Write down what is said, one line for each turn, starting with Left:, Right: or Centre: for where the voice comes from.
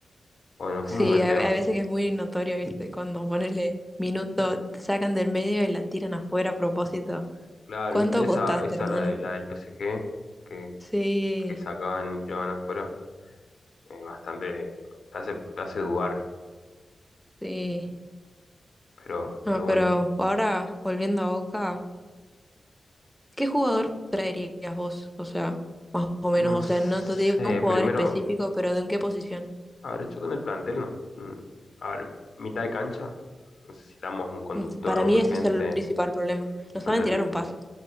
Left: Bueno,
Centre: Sí,
Left: fuimos de tema.
Centre: a, a veces que es muy notorio, viste, cuando ponele minuto, te sacan del medio y la tiran afuera a propósito.
Left: Claro,
Centre: ¿Cuánto
Left: ¿viste
Centre: apostaste,
Left: esa, esa
Centre: hermano?
Left: la, de- la del PSG que,
Centre: Sí,
Left: que sacaban y tiraban afuera? Eh, bastante te hace, te hace dudar,
Centre: sí.
Left: pero,
Centre: No,
Left: pero bueno.
Centre: pero ahora volviendo a Boca. ¿Qué jugador traerías vos? O sea, más o
Left: No
Centre: menos, o
Left: sé,
Centre: sea, no te digo un jugador
Left: primero
Centre: específico, pero ¿de en qué posición?
Left: A ver, yo con el plantel, no- mm, a ver, mitad de cancha, necesitamos un conductor
Centre: Mm, Para
Left: urgente.
Centre: mí ese es el principal problema. No saben
Left: No, ten-
Centre: tirar un pase.